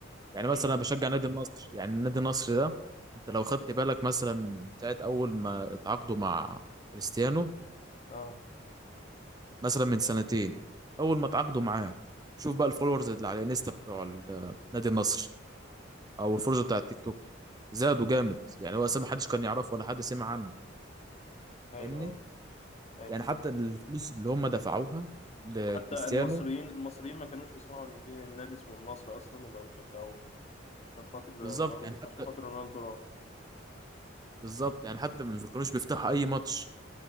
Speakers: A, on the right; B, on the left.
A: يعني
B: امم
A: مثلا انا بشجع نادي النصر يعني النادي النصر ده انت لو خدت بالك مثلا ساعه اول ما اتعاقدوا مع كريستيانو
B: اه
A: مثلا من سنتين اول ما اتعاقدوا معاه شوف بقى الفولورز اللي على الانستا بتوع ال- نادي النصر او الفولورز بتاع التيك توك زادوا جامد يعني هو أساسا ما حدش كان يعرفه ولا حد سمع عنه
B: ايوه
A: فاهمني
B: آه.
A: يعني حتى الفلوس اللي هم دفعوها لكريستيانو
B: حتى المصريين المصريين ما كانوش يسمعوا ان في نادي اسمه النصر اصلا وبقوا يشجعوه يعني عشان خاطر رونالدو
A: بالظبط يعني حتى
B: عشان خاطر رونالدو راح
A: بالظبط يعني حتى ما كانوش بيفتحوا اي ماتش